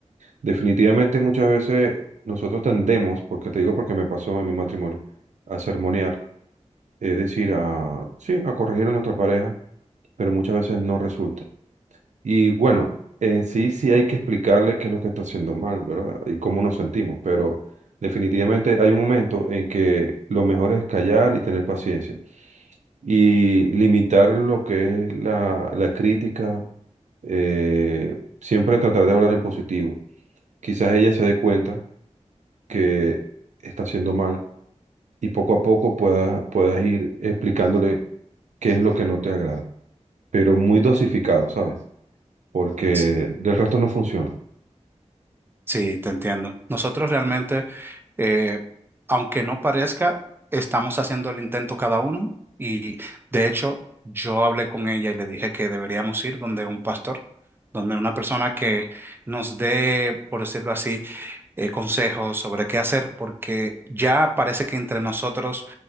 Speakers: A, on the right; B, on the right.
A: Definitivamente muchas veces nosotros tendemos, porque te digo porque me pasó en mi matrimonio, a sermonear, es decir, a, sí, a corregir a nuestra pareja, pero muchas veces no resulta. Y bueno, en sí sí hay que explicarle qué es lo que está haciendo mal, ¿verdad? Y cómo nos sentimos, pero definitivamente hay un momento en que lo mejor es callar y tener paciencia y limitar lo que es la, la crítica, eh, siempre tratar de hablar en positivo. Quizás ella se dé cuenta que está haciendo mal y poco a poco puedas, puedas ir explicándole qué es lo que no te agrada, pero muy dosificado, ¿sabes? Porque
B: S-
A: del resto no funciona.
B: Sí, te entiendo. Nosotros realmente, eh, aunque no parezca, estamos haciendo el intento cada uno y de hecho yo hablé con ella y le dije que deberíamos ir donde un pastor, donde una persona que nos dé, por decirlo así, eh, consejos sobre qué hacer, porque ya parece que entre nosotros